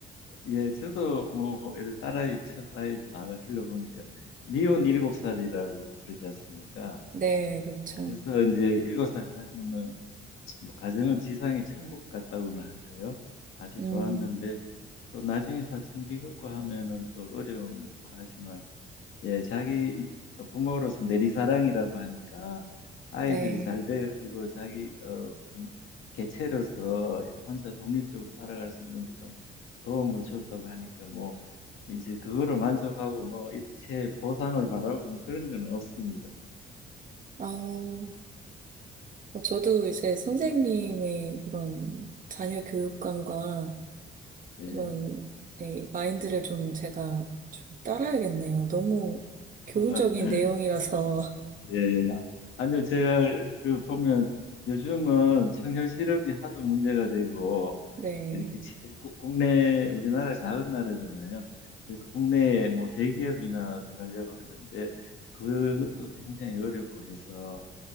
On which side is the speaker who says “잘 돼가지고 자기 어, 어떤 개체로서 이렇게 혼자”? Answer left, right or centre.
Left